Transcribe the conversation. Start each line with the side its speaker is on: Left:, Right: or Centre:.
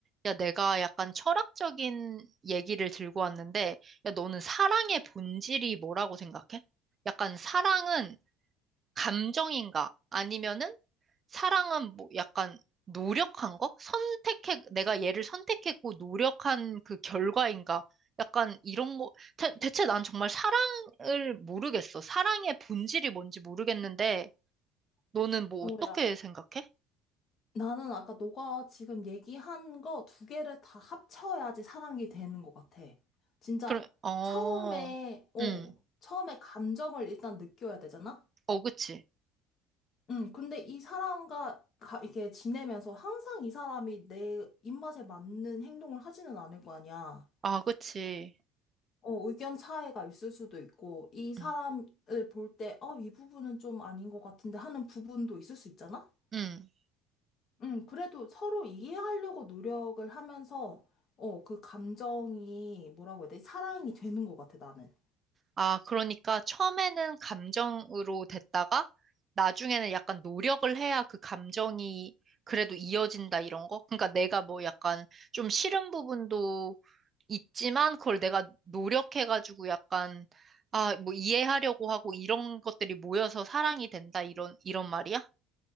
Right: 야, 내가 약간 철학적인 얘기를 들고 왔는데, 야, 너는 사랑의 본질이 뭐라고 생각해? 약간 사랑은 감정인가? 아니면은 사랑은 뭐 약간 노력한 거? 선택해, 내가 얘를 선택했고 노력한 그 결과인가? 약간 이런 거, 대, 대체 난 정말 사랑을 모르겠어. 사랑의 본질이 뭔지 모르겠는데, 너는 뭐
Left: 어,
Right: 어떻게
Left: 야,
Right: 생각해?
Left: 나는 아까 너가 지금 얘기한 거 두 개를 다 합쳐야지 사람이 되는 것 같아. 진짜
Right: 그럼, 어,
Left: 처음에, 어,
Right: 응,
Left: 처음에 감정을 일단 느껴야 되잖아?
Right: 어, 그치.
Left: 응, 근데 이 사람과 가, 이렇게 지내면서 항상 이 사람이 내 입맛에 맞는 행동을 하지는 않을 거 아니야.
Right: 아, 그치.
Left: 어, 의견 차이가 있을 수도 있고, 이 사람을
Right: 응.
Left: 볼 때, 어, 이 부분은 좀 아닌 것 같은데 하는 부분도 있을 수 있잖아?
Right: 음.
Left: 음, 그래도 서로 이해하려고 노력을 하면서, 어, 그 감정이, 뭐라고 해야 되지? 사랑이 되는 것 같아, 나는.
Right: 아, 그러니까 처음에는 감정으로 됐다가 나중에는 약간 노력을 해야 그 감정이 그래도 이어진다 이런 거? 그러니까 내가 뭐 약간 좀 싫은 부분도 있지만 그걸 내가 노력해가지고 약간 아, 뭐 이해하려고 하고 이런 것들이 모여서 사랑이 된다 이런 이런 말이야?